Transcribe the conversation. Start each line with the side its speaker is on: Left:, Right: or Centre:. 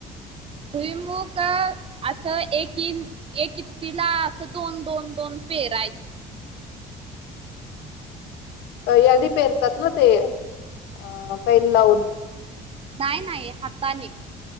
Right: भुईमुख असं एक ह एक कि तिला असं दोन दोन दोन पेरायचं
Left: यां पेरतात ना ते अ पैल लावून
Right: नाही नाही हाताने